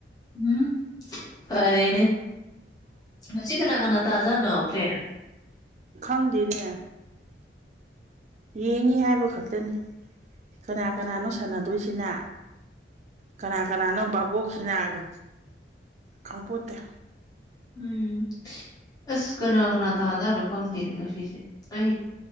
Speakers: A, on the left; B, on the right.
A: ꯎꯝ ꯐꯔꯦꯅꯦ ꯃꯁꯤ ꯀꯅꯥ ꯀꯅꯥ ꯇꯥꯖꯥꯅꯣ ꯄ꯭ꯂꯦ
B: ꯈꯪꯗꯦꯅꯦ ꯌꯦꯡꯉꯤ ꯍꯥꯏꯕ ꯈꯛꯇꯅꯤ ꯀꯅꯥ ꯀꯅꯥꯅꯣ ꯁꯥꯟꯅꯗꯣꯏꯁꯤꯅ ꯀꯅꯥ ꯀꯅꯥꯅꯣ ꯕꯥꯕꯣꯛꯁꯤꯅꯥꯒ ꯈꯪꯄꯣꯠꯇꯦ
A: ꯎꯝ ꯑꯁ ꯀꯅꯥ ꯀꯅꯥ ꯇꯖꯅꯣ ꯈꯪꯗꯦꯅꯦ ꯉꯁꯤꯁꯦ ꯑꯩ